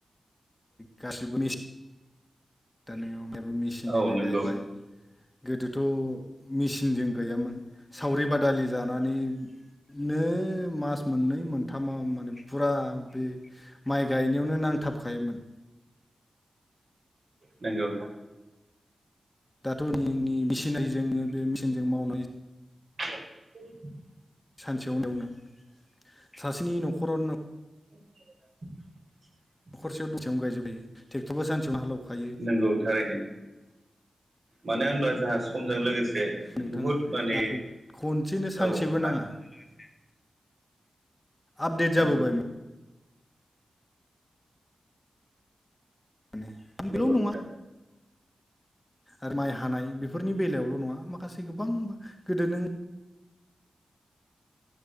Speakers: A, on the left; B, on the right.
A: गासिबोनि दाा नैयावबो मेसिनजोंनो
B: औ नंगौ
A: गायबाय गोदोथ मेसिनजों गैयामोन सावरि बादालि जानानै नो मास मोननै मोनथामाव माने फुरा बे माइ गायनायावनो नांथाबखायोमोन
B: नंगौ
A: दाथ' <unintelligible> मावनाय
B: <unintelligible>
A: सानसेयाव <unintelligible> सासेनि न'खरावनो
B: <inaudible>
A: न'खरसेयाव दसेयाव गायजोबहायो ट्रेक्टरबो सानसेयाव हालौखायो
B: नंगौ थारैनो मानो होनब्ला जोंहा समजों लोगोसे
A: नोंथाङा
B: बुहुद माने
A: दाखौ खनसेनो सानसेबो
B: औ हा
A: नाङा माने आपडेट
B: नंगौ
A: जाबोबाय मा माने
B: नंगौ
A: बेल' नङा
B: नोंथां
A: आरो माइ हानाय बेफोरनि बेलायावल' नङा माखासे गोबां गोदो नों